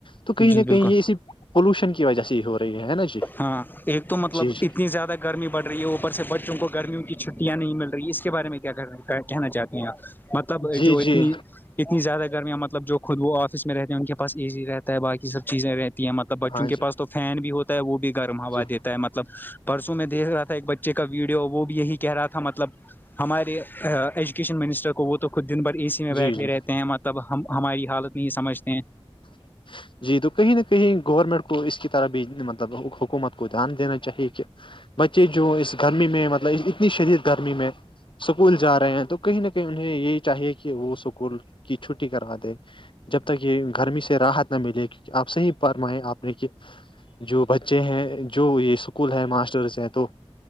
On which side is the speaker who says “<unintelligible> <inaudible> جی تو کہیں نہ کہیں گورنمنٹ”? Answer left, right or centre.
Left